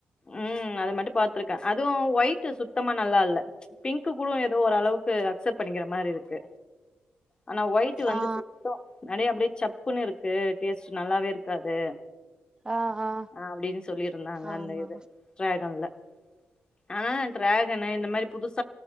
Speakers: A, on the left; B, on the right.
A: ம் அது மட்டு பாத்திருக்கே அதுவு ஒயிட் சுத் த்தமா நல்லா இல்ல பிங்க்கு கூட ஏதோ ஒரு அளவுக்கு அக்செப்ட் பண்ணிக்கிற மாரி இருக்கு ஆனா ஒயிட்டு் வந்து
B: ஆ
A: சுத்தோ <unintelligible> அப்டியே சப்புன்னு இருக்கு டேஸ்ட் நல்லாவே இருக் க்காது
B: ஆ ஆ
A: ஆஹ் அப்புடின்னு சொல்லியிருந்தாங்க
B: ஆமா
A: அந்த இது டிராகன்ல ஆஹ் டிராகனு இந்த மாரி புதுசு